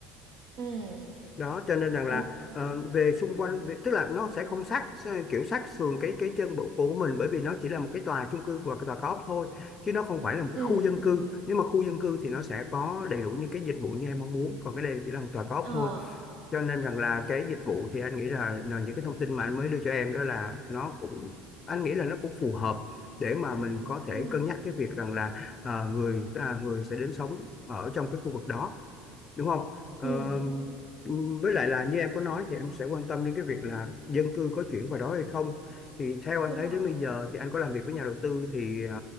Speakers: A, on the right; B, on the left.
A: Ừ.
B: đó cho nên rằng
A: Ok.
B: là ờ, về xung quanh về, tức là nó sẽ không sát kiểu sát sườn cái cái chân bộ của mình bởi vì nó chỉ là một cái tòa chung cư và cái tòa cao ốc thôi chứ nó không phải là một cái
A: Ừ.
B: khu dân cư nếu mà khu dân cư thì nó sẽ có đầy đủ những cái dịch vụ như em mong muốn còn cái đây chỉ là một tòa cao
A: Ờ.
B: ốc thôi cho nên rằng là cái dịch vụ thì anh nghĩ là, là những cái thông tin mà anh mới đưa cho em đó là nó cũng anh nghĩ là nó cũng phù hợp để mà mình có thể
A: Ừ.
B: cân nhắc cái việc rằng là ờ, người à, người sẽ đến sống ở trong cái khu vực đó đúng không Ờ,
A: Ừ.
B: với lại là như em có nói thì em sẽ quan tâm đến cái việc là dân cư có chuyển vào đó hay không thì theo anh
A: đúng
B: thấy
A: rồi
B: đến bây giờ thì anh có làm việc với nhà đầu tư thì ờ,